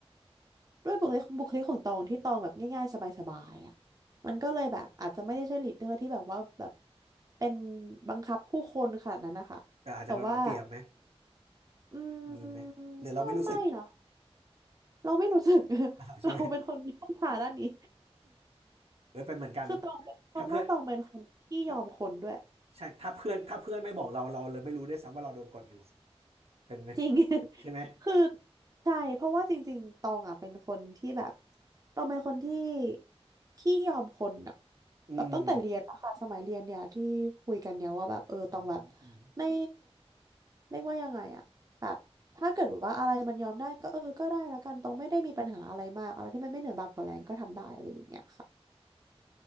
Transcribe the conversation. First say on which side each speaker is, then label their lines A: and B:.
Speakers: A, on the right; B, on the right.
A: ด้วยบุคลิกบุคลิกของตองที่ตองแบบง่ายๆสบายๆอ่ะมันก็เลยแบบอาจจะไม่ได้ใช่ลีดเดอร์ที่แบบว่าแบบเป็นบังคับผู้คนขนาดนั้นนะคะแต่ว่า
B: แต่อาจจะโดนเอาเปรียบไหม
A: อืม
B: มีไหมหรือเราไม่รู้สึก
A: ก็ไม่นะ เราไม่รู้สึก <laughs>
B: <laughs> อ้าวใช่ไหม
A: เราเป็นคนที่ต้องผ่าด้านนี้
B: เออเป็นเหมือนกัน
A: <laughs> คือตองเป็นตองว่าตองเป็นคนที่ยอมคนด้วย
B: ถ้าเพื่อน ถ้าใช่ถ้าเพื่อนถ้าเพื่อนไม่บอกเราเราเลยไม่รู้ด้วยซ้ำว่าเราโดนกดอยู่เป็นไหม
A: จริง <laughs>
B: ใช่ไหม
A: คือใช่เพราะว่าจริงๆตองอ่ะเป็นคนที่แบบตองเป็นคนที่ขี้ยอมคนอ่ะ
B: อืม
A: แบบตั้งแต่เรียนอะค่ะสมัยเรียนเนี่ยที่คุยกันเนี่ยว่าแบบเออตองแบบ
B: อืมอืมอืม
A: ไม่เรียกว่ายังไงอะแบบถ้าเกิดว่าอะไรมันยอมได้ก็เออก็ได้ละกันตองไม่ได้มีปัญหาอะไรมากอะไรที่มันไม่เหนือบาปกว่าแรงก็ทำได้อะไรอย่างเงี้ยค่ะ